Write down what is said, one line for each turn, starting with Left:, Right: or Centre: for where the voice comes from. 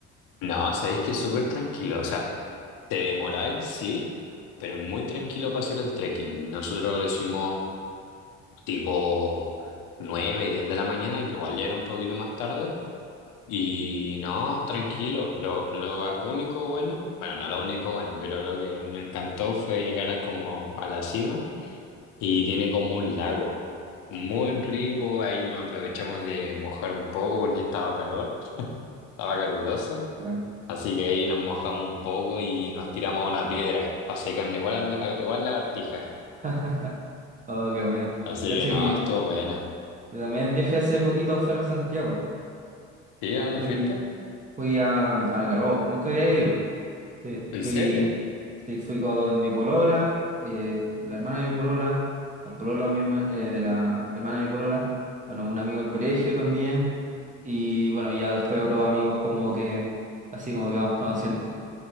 Left: No, sabéis que es súper tranquilo, o sea, te demoráis, sí, pero es muy tranquilo para hacer el trekking. Nosotros lo hicimos tipo 9 10 de la mañana, que igual ya era un poquito más tarde. Y no, tranquilo. Lo, lo va- único bueno, bueno, no lo único bueno, pero lo que me encantó fue llegar a como a la cima y tiene como un lago muy rico. Ahí nos aprovechamos de mojar un poco porque estaba calor, estaba caluroso.
Right: Bueno.
Left: Así que ahí nos mojamos un poco y nos tiramos a una piedra para secarnos igual, a la- a- igual lagartija.
Right: <laughs> Oh, qué bueno.
Left: Así
Right: Cacha
Left: que no,
Right: que
Left: estuvo buena.
Right: yo también viajé hace poquito fuera de Santiago.
Left: ¿Sí? ¿A dónde
Right: Fui,
Left: fuiste?
Right: fui a, a Algarrobo, nunca había ido. Sí,
Left: ¿En
Right: fui,
Left: serio?
Right: sí, fui con mi polola, eh, la hermana de mi polola, el pololo de mi herma- eh, de la hermana de mi polola, bueno, un amigo del colegio también, y bueno, ya después otros amigos como que, así como que vamos <laughs> conociendo, sí.